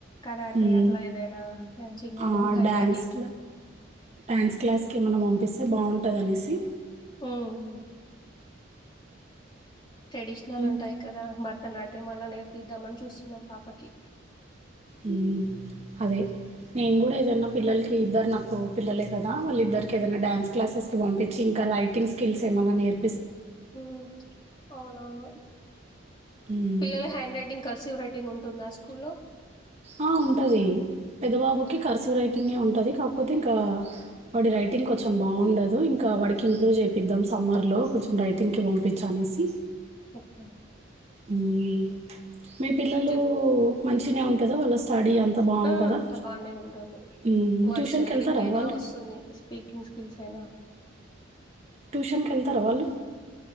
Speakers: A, on the left; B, on the right.
A: కరాటే
B: హ్మ్
A: అట్లా ఏదైనా డాన్సింగ్ అయినా
B: ఆ
A: హ్యాండ్
B: డ్యాన్స్
A: రైటింగ్.
B: క్లాస్ కి ఎమన్నా పిస్తే బాగుంటది అనేసి
A: హ్మ్ హు ట్రెడిషనల్
B: ఇంక్
A: ఉంటాయి కదా బర తనాట్యం అలా నేర్పిద్దామని చూస్తున్నాం పాపకి
B: హ్మ్ అదే నేను గూడా ఏదైనా పిల్లలకి ఇద్దరు నాకు పిల్లలే కదా వాళ్ళు ఇద్దరికి ఏదైనా డ్యాన్స్ క్లాసెస్కి పంపించి ఇంకా రైటింగ్ స్కిల్స్ ఏమైన్నా నేర్
A: హ్మ్ అవునవును
B: హ్మ్.
A: పిల్లల handwriting cursive writing ఉంటుందా స్కూల్‌లో?
B: ఆ ఉంటది పెద్ద బాబుకి
A: ఓకే.
B: కర్సివ్ రైటింగే ఉంటది కా కాకపోతే ఇంకా వాడి రైటింగ్ కొంచెం బాగుండదు ఇంకా వాడికి ఇంప్రూవ్ చేపిద్దాం సమ్మర్లో కొంచెం రైటింగ్కి పంపించి అనేసి
A: ఒకే
B: హ్మ్ మీ పిల్లలు
A: చూస్
B: మంచినే ఉంటదా వాళ్ళ స్టడీ అంతా బావుంటదా?
A: ఆ అంత బానే ఉంటుంది
B: హ్మ్.
A: వర్డ్స్
B: ట్యూషన్‌కెళ్తారా
A: రీడింగ్ అయినా
B: వాళ్ళు?
A: వస్తుంది స్పీకింగ్స్ స్కిల్స్ అయినా
B: ట్యూషన్కి వెళ్తారా వాళ్ళు